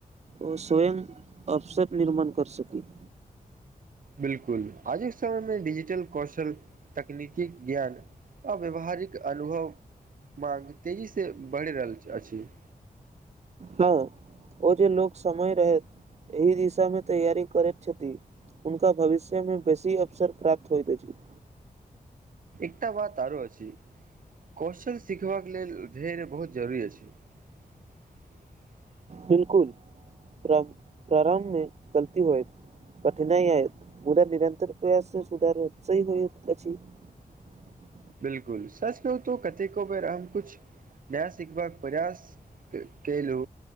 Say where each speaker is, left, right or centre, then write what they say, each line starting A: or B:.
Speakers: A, on the right; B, on the right.
A: ओ स्वयं अवसर निर्माण कर सकी। <unintelligible>
B: बिल्कुल आजुक समयमे डिजिटल कौशल तकनीकी ज्ञान आ व्यावहारिक अनुभव मार्ग तेजीसे बढ़ रहल छ अछि। <unintelligible>
A: हां ओ जे लोक समय रहैत एहि दिशा मे तैयारी करैत छथि उनका भविष्य मे बेसी अवसर प्राप्त होएत अछि। <unintelligible>
B: एकटा बात आरो अछि क्वेश्चन सीखबाक लेल धैर्य बहुत जरूरी अछि। <unintelligible>
A: बिल्कुल प्रब -प्रारंभ मे गलती होएत कठिनाइ ऐत मुदा निरन्तर प्रयास से सुधार हौत सही होइत अछि। <unintelligible>
B: बिल्कुल सच कहु तौ कतेको बेर हम कुछ नया सिखबाक प्रयास क कयलु